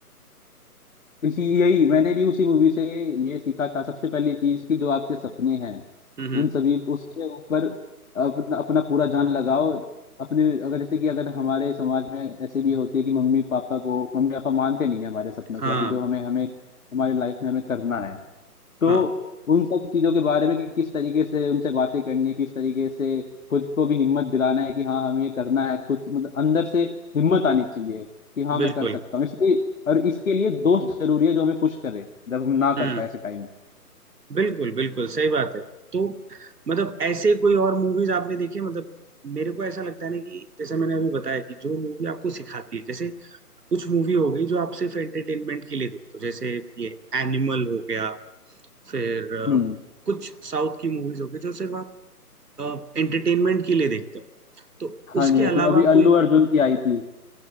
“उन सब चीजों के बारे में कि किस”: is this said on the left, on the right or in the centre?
Left